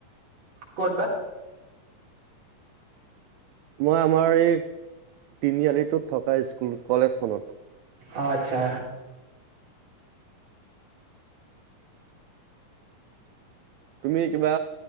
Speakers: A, on the right; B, on the right.
A: ক'ত বা?
B: মই আমাৰ এই তিনিআলিটোত থকা স্কুল কলেজখনত।
A: অহ আচ্ছা।
B: তুমি কিবা